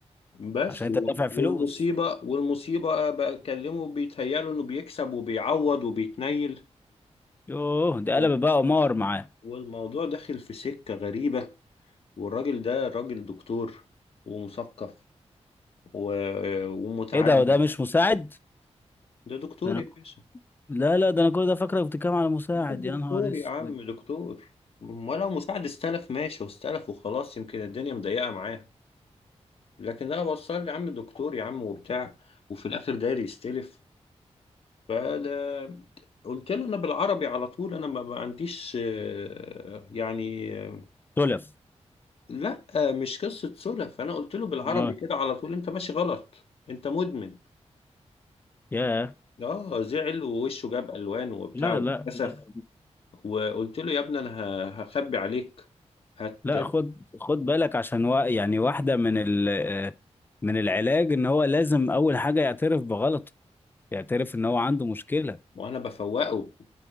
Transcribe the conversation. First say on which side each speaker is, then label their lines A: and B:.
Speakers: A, on the left; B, on the left.
A: بس
B: عشان انت
A: و-
B: دافع فلوس
A: والمصيبة والمصيبة بقى بكلمه بيتهيأله انه بيكسب وبيعوض وبيتنيل
B: يوه ده
A: وال-
B: قلب بقى قمار معاه
A: والموضوع داخل في سكة غريبة والراجل ده راجل دكتور ومثقف و... ومتعلم
B: ايه ده وده مش مساعد
A: ده دكتور
B: ده انا
A: يا باشا
B: لا لا ده انا كل ده فاكرك بتتكلم على مساعد
A: بس دكتور
B: يا نهار اسود
A: يا عم دكتور ولو مساعد استلف ماشي واستلف وخلاص يمكن الدنيا مضيقة معاه لكن انا بوصل لي يا عم دكتور يا عم وبتاع وفي الاخر داير يستلف فده قلت له انا بالعربي على طول انا ما ما عنديش آه، يعني آه،
B: تلف
A: لا آه، مش قصة سلف انا قلت له بالعربي
B: ما-
A: كده على طول انت ماشي غلط انت مدمن
B: يا
A: اه زعل ووشه جاب الوان وبتاع
B: لا
A: واتكسف
B: لا لا
A: وقلت له يا ابني انا ه- هخبي عليك هت
B: لا خد خد بالك عشان وا- يعني واحدة من ال آه، من العلاج ان هو لازم اول حاجة يعترف بغلطه يعترف ان هو عنده مشكلة
A: وانا بفوقه